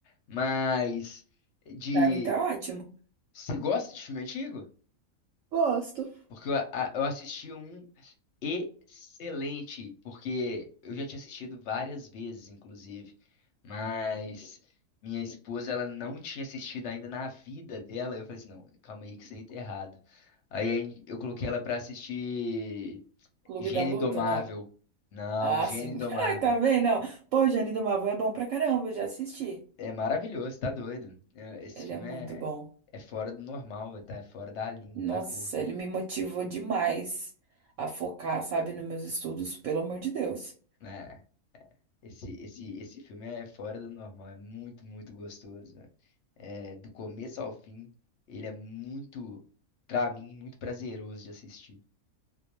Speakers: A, on the left; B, on the right.
A: Mas de.
B: Pra mim tá ótimo.
A: Você gosta de filme antigo?
B: <laughs> Gosto.
A: Porque eu, a- eu assisti um excelente, porque eu já tinha assistido várias vezes, inclusive, mas minha esposa ela não tinha assistido ainda na vida dela. Eu falei assim, não, calma aí que isso aí tá errado. Aí a gente- eu coloquei ela pra assistir
B: Clube
A: Gênio
B: da Luta,
A: Indomável.
B: não.
A: Não,
B: Ah,
A: Gênio
B: sim.
A: Indomável.
B: <laughs> Ai, tá vendo? Não. Pô, Jane do Marvel é bom pra caramba, eu já assisti.
A: É maravilhoso, tá doido. É, Esse
B: Ele
A: filme
B: é muito
A: é,
B: bom.
A: é fora do normal, tá? É fora da linha,
B: Nossa,
A: da curva.
B: ele me motivou demais a focar, sabe, nos meus estudos, pelo amor de Deus.
A: né Esse, esse, esse filme é fora do normal, é muito, muito gostoso, velho. É, do começo ao fim, ele é muito, pra mim, muito prazeroso de assistir.